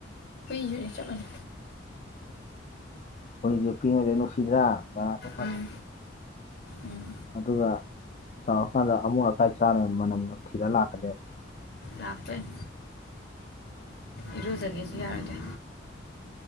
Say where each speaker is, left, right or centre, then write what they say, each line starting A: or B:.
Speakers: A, on the left; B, on the left.
A: ꯌꯨꯅꯤꯠ ꯆꯞ ꯃꯥꯟꯅꯩ
B: ꯍꯧꯈꯣꯏꯁꯦ ꯄꯤꯉꯗꯦ ꯅꯨꯡꯁꯤꯗ꯭ꯔꯥ ꯕꯔꯥꯠꯇ꯭ꯔꯥ
A: ꯎꯝ ꯎꯝ
B: ꯑꯗꯨꯒ ꯆꯥꯎꯔꯀꯥꯟꯗ ꯑꯃꯣꯠ ꯑꯀꯥꯏ ꯆꯥꯔ ꯃꯅꯝ ꯅꯝꯊꯤꯔ ꯂꯥꯛꯀꯗꯦꯕ
A: ꯂꯥꯛꯄꯅꯤ ꯏꯔꯨꯖꯒꯦꯁꯨ ꯌꯥꯔꯣꯏꯗ꯭ꯔꯦ